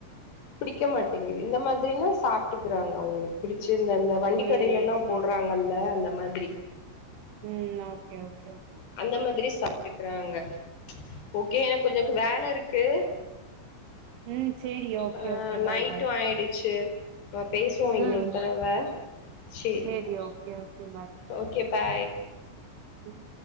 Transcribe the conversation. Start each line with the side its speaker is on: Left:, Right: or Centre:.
Left: பிடிக்க மாட்டிங்குது இந்த மாதிரினா சாப்ட்டுக்கறாங்க அவுங்களுக்கு பிடி ச் இந்தந்த வண்டி
Right: சேரி
Left: கடைலல்லா
Right: சேரி
Left: போட்றாங்கல்ல
Right: சேரி
Left: அந்த மாத்ரி
Right: ம் ஓகே ஓகே ஓ
Left: அந்த மாத்ரி சாப்ட்டுக்கறாங்க ஓகே எனக் கொஞ்சக்கு வேல இருக்கு
Right: ம் சேரி okay
Left: ஆ
Right: okay bye
Left: night
Right: bye
Left: ஆயிடுச்சு அ பேசுவோ இன்னொரு
Right: ம்
Left: தடவ செரி
Right: சேரி
Left: ஓ
Right: ஓகே ஓகே
Left: ஓகே பாய்
Right: உம்